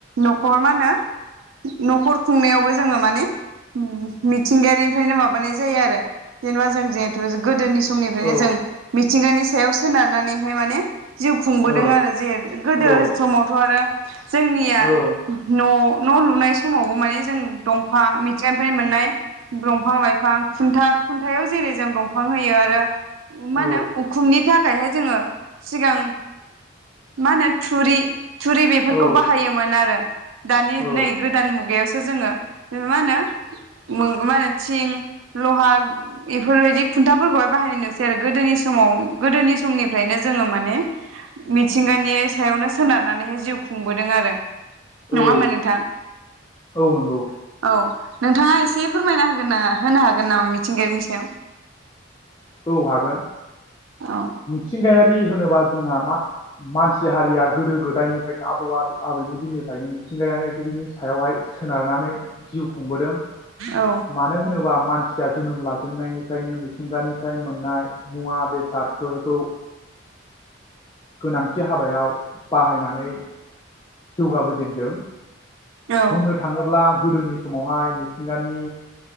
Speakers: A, on the right; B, on the left.
A: न'खर मा होनो न'खर खुंनायावबो जोङो माने मिथिंगानिफ्रायनो माबानाय जायो आरो जेनेबा जों जे ‌ थ' गोदोनि समनिफ्रायनो
B: औ
A: जों थिंगानि सायाव सोनारनानैहाय माने जिउ खुंबोदों
B: औ
A: आरो जे गोदो
B: औ
A: समावथ' आरो जोंनिया
B: औ
A: न' न' लुनाय समावबो माने जों दंफां मिथिंगानिफ्रायनो मोननाय दंफां लाइफां खुन्था खुन्थायाव जेरै जों दं फां होयो आरो मा
B: औ
A: होनो उखुमनि थाखायहाय जोङो सिगां मा होनो थुरि थुरि बेफोरखौ
B: औ
A: बाहायोमोन आरो दानि
B: औ
A: नै गोदान मुगायावसो जोङो मा होनो मा होनो थिं लहा इफोरबायदि खुन्थाफोरखौहाय बाहायनाय नुसै आरो गोदोनि समाव गोदोनि समनिफ्रायनो जोङो माने मिथिंगानि सायावनो सोनारनानैहाय जिउ खुंबोदों आरो
B: औ
A: नङा होमबा नोंथां?
B: औ नंगौ
A: औ नोंथाङा एसे फोरमायना होगोन ना होनो हागोन नामा मिथिंगायारिनि सायाव?
B: औ हागोन।
A: औ
B: मिथिंगायारि होनोबा जोंहा मा-मानसि हारिया गोदो गोदायनिफ्रायनो आबौ-आबैनि दिननिफ्रायनो मिथिंगायारिनि सायावहाय सोनारनानै जिउ खुंबोदों।
A: औ
B: मानो होनोबा मानसिया जोनोम लाजेननायनिफ्रायनो मिथिंगानि फ्राय मोननाय मुवा बेसादफोरखौ गोनांथि हाबायाव बाहायनानै जौगाबोजेनदों।
A: औ ओ औ
B: बुंनो थाङोब्ला गोदोनि समावहाय मिथिंगानि